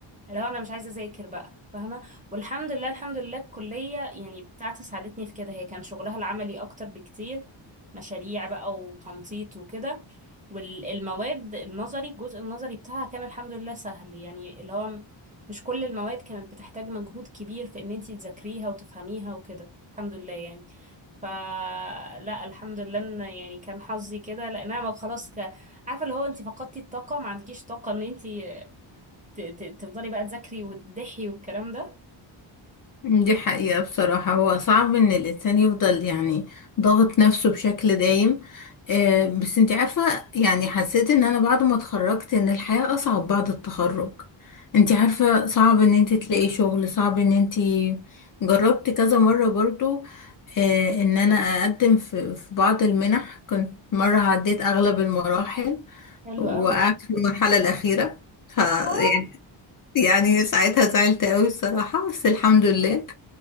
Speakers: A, on the right; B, on the left.
A: اللي هو انا مش عايزه اذاكر بقى فاهمه والحمد لله الحمد لله الكليه يعني بتاعتي ساعدتني في كده هي كان شغلها العملي اكتر بكتير مشاريع بقى وتنطيط وكده والمواد النظري الجزء النظري بتاعها كان الحمد لله سهل يعني اللي هو م- مش كل المواد كانت بتحتاج مجهود كبير في ان انتي تذاكريها وتفهميها وكده الحمد لله يعني فلا الحمد لله ان يعني كان حظي كده لان انا ما- خلاص ك... عارفه اللي هو انت فقدتي الطاقه ما عندكيش طاقه ان انت ت- ت- تفضلي بقى تذاكري وتضحي والكلام ده
B: دي حقيقة بصراحة هو صعب ان الانسان يفضل يعني ضاغط نفسه بشكل دايم آه، بس انت عارفة يعني حسيت ان انا بعد ما اتخرجت ان الحياة اصعب بعد التخرج انت عارفة صعب ان انت تلاقي شغل صعب ان انت جربت كذا مرة برضو آه، ان انا اقدم في في بعض المنح كنت مرة عديت اغلب المراحل
A: حلو
B: وقعدت
A: قوي
B: في المرحلة الاخيرة ف
A: يا
B: يعني
A: اختار
B: يعني ساعتها زعلت قوي بصراحة بس الحمد لله